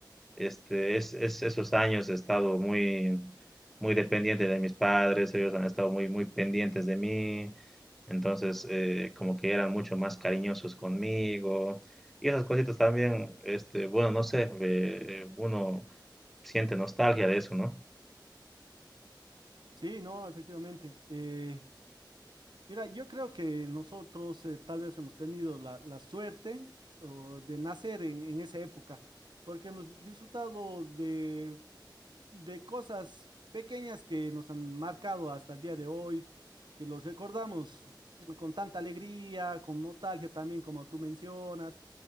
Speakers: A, in the centre; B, on the right.
A: este, es, es- esos años he estado muy, muy dependiente de mis padres, ellos han estado muy, muy pendientes de mí. Entonces, eh, como que eran mucho más cariñosos conmigo. Y esas cositas también, este, bueno, no sé, eh, uno siente nostalgia de eso, ¿no?
B: Sí, no, efectivamente. Eh, Mira, yo creo que nosotros eh, tal vez hemos tenido la, la suerte o, de nacer en, en esa época, porque hemos disfrutado de, de cosas pequeñas que nos han marcado hasta el día de hoy, que los recordamos mm, con tanta alegría, con nostalgia también, como tú mencionas.